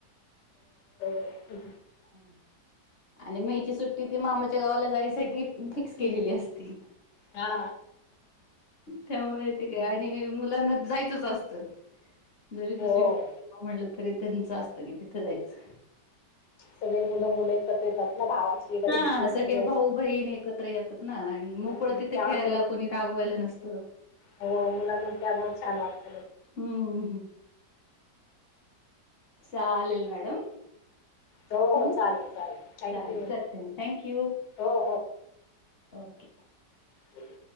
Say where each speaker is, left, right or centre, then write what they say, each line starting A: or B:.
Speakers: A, on the left; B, on the left.
A: ह
B: हम आणि मेची सुट्टी ती मामाच्या गावाला जायसाठी फिक्स केलेली असती
A: हा
B: त्यामुळे ते काय आणि मु लांना जायचंच असत जरी
A: हो
B: दुसरीकड कुठ आवडल तरी त्यांचं असतं की तिथं जायचं
A: सगळे मुलं मुलं एकत्र येतात ना भावाची बहिणीची
B: हा सगळे
A: असं
B: भाऊ बहीण एकत्र येतात ना आणि मोकळं
A: हम्म
B: तिथं
A: त्यामुळे
B: खेळायला कोणी रागवायला नसतं
A: हो मुलाना त्यामूळ छान वाटत
B: हम्म चालेल मॅडम
A: हो
B: हम्म
A: हो चालेल चालेल थँक्यू
B: चालेल करते मी थँक यू
A: हो
B: ओके
A: बोल